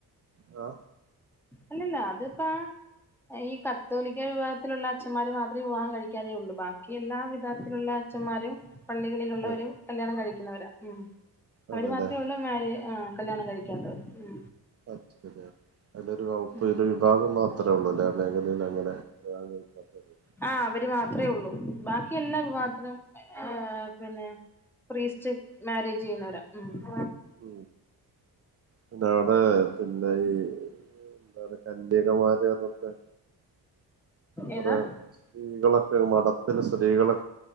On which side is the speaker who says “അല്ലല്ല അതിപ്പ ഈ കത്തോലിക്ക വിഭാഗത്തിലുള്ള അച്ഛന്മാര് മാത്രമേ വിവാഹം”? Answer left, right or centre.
Centre